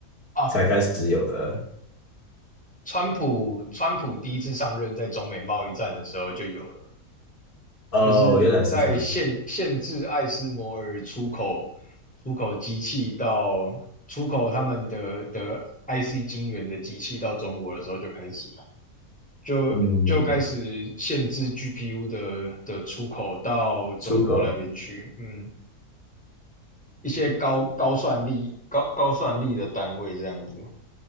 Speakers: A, in the centre; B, on the left.
A: 啊。
B: 才开始有的。
A: 川普川普第一次上任，在中美贸易战的时候就有了，
B: 哦，
A: 就是在限限制艾斯摩尔出口
B: 原来是这样。
A: 出口机器到出口他们的的 IC 晶圆的机器到中国的时候就开始了，就就开始限制
B: 嗯，
A: GPU 的的出口到中国那边去，
B: 出口。
A: 嗯，一些高高算力高高算力的单位这样子，